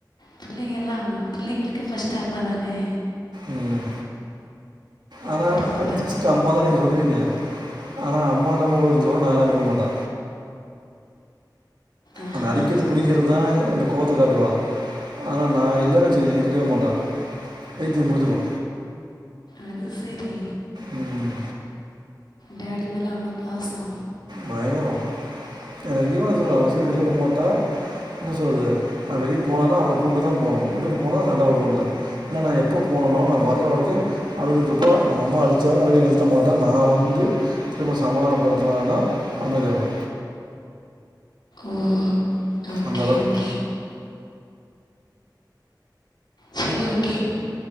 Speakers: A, on the left (about 70°); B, on the right (about 75°).
A: பிள்ளைங்கெல்லா பிள்ளைங்களுக்கு ஃபஸ்ட்டு அம்மா தானே
B: ம் ஆனா
A: அதுக்கப்புறம் தானே
B: ஃபஸ்ட்டு அம்மாதான் நீங்க சொல்லுவீங்க ஆனா அம்மா இல்லாம கூட இருந்துருவா நா இல்லாம இருக்க மாட்டா
A: ஆஹா
B: அந்த அடிக்கிறது புடிக்கிறதா எங்கிட்ட கோவத்த காட்டுவா ஆனா நா இல்லன்னு வெச்சுக்கோங்க இருக்கவே மாட்டா பைத்தியம் புடிச்சுடு
A: அது செரி
B: ம்,
A: டேடி மேல அவ்ளோ பாசோ
B: பயங்கரோ வேற எங்கேயு நா சொல்றொ அவ்ளோ சீக்கிரோ வெளிய வுட மாட்டா என்ன சொல்றது நா வெளிய போனேனா அவள கூட்டுதா போணு வுட்டுட்டு போனா சண்ட வரு வூட்ல இல்ல நா எப்போ போனனோ நா வர்ற வரைக்கு அழுதுட்டுருப்பா அவுங்க அம்மா அடிச்சாலு அழுக நிறுத்த மாட்டா நா வந்து திரும்ப சமாதானோ படுத்துனாதா அமைதியாவா
A: ஓ ஓகே
B: அந்த அளவுக்கு
A: ஓகே சேரி ஓகே